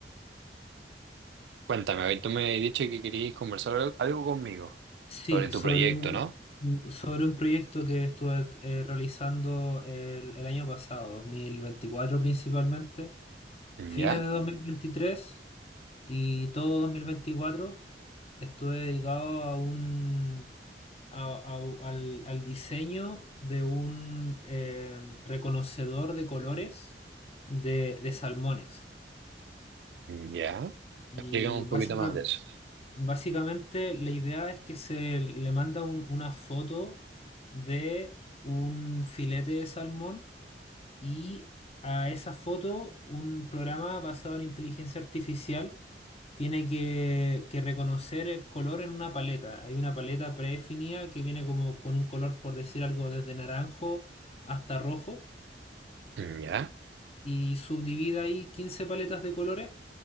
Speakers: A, on the right; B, on the left.
A: Cuéntame, hoy tú me has dicho que querías conversar algo, algo conmigo
B: Sí,
A: sobre tu
B: sobre
A: proyecto,
B: un,
A: ¿no?
B: sobre un proyecto que estuve eh, realizando el, el año pasado, 2024 principalmente, fines
A: Ya,
B: de 2023 y todo 2024 estuve dedicado a un, a- a- al, al diseño de un eh, reconocedor de colores de, de salmones.
A: ya.
B: Y
A: Explícame un
B: básica-
A: poquito más de eso.
B: básicamente la idea es que se le manda un- una foto de un filete de salmón y a esa foto un programa basado en inteligencia artificial tiene que, que reconocer el color en una paleta. Hay una paleta predefinida que viene como con un color, por decir algo, desde naranjo hasta rojo
A: Ya,
B: y subdivide ahí 15 paletas de colores.